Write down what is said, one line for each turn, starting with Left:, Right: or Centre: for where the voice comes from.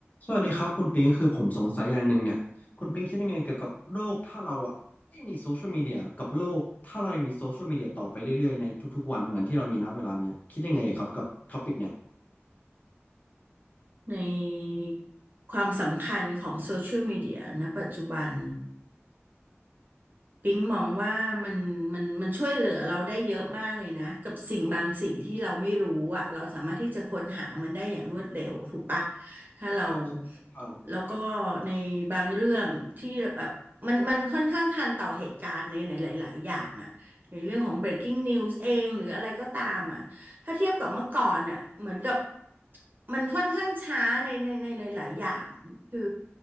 Left: สวัสดีครับคุณปิงคือผมสงสัยอย่างหนึ่งเนี่ยคุณปิงคิดยังไงเกี่ยวกับโลกถ้าเราอ่ะไม่มีโซเชียลมีเดียกับโลกถ้าเรายังมีโซเชียลมีเดียต่อไปเรื่อยๆในทุกๆวันเหมือนที่เรามีณเวลาเนี้ยคิดยังไงครับกับท็อปิกเนี่ย
Right: ในความสำคัญของโซเชียลมีเดียณปัจจุบัน ปิ๊งมองว่ามันมันมันช่วยเหลือเราได้เยอะมากเลยนะกับสิ่งบางสิ่งที่เราไม่รู้อ่ะเราสามารถที่จะค้นหามันได้อย่างรวดเร็วถูกปะถ้าเรา
Left: อ่าใช่ค่อนข้าง
Right: แล้วก็ในบางเรื่องที่แบบมันมันค่อนข้างทันต่อเหตุการณ์ในในหลายๆอย่างอ่ะในเรื่องของ breaking news เองหรืออะไรก็ตามอ่ะถ้าเทียบกับเมื่อก่อนอ่ะเหมือนกับมันค่อนข้างช้าในในในหลายๆอย่าง คือ